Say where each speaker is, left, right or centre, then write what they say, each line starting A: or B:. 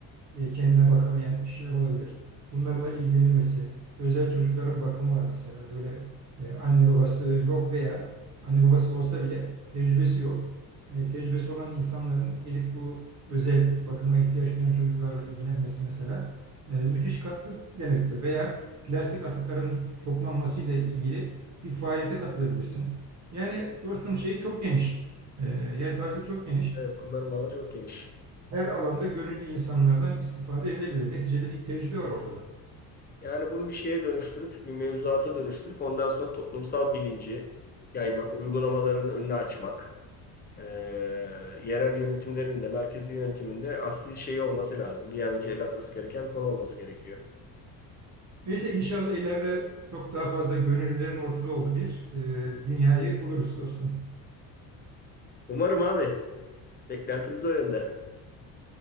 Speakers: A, on the right (about 35°); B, on the left (about 20°).
A: e, kendine bakamayan kişiler olabilir. Bunlarla ilgilenilmesi, özel çocukların bakımı var mesela. Böyle e, anne babası yok veya anne babası olsa bile tecrübesi yok. E, tecrübesi olan insanların gelip bu özel bakıma ihtiyaç duyan çocuklarla ilgilenmesi mesela e, müthiş katkı demektir. Veya plastik atıkların toplanmasıyla ilgili bir faaliyete katılabilirsin. Yani dostum şeyi çok geniş. E, yelpaze çok geniş
B: Evet, kullanım alanı çok geniş.
A: her alanda gönüllü insanlardan istifade edilebilir. Neticede bir tecrübe var ortada.
B: Yani bunu bir şeye dönüştürüp, bir mevzuata dönüştürüp ondan sonra toplumsal bilinci yaymak, uygulamaların önünü açmak, eee, yerel yönetimlerin de merkezi yönetiminde asli şeyi olması lazım. Bir an önce el atması gereken bir konu olması gerekiyor.
A: Neyse inşallah ileride çok daha fazla gönüllülerin ortada olduğu bir e, dünyayı buluruz dostum.
B: Umarım abi. Beklentimiz o yönde.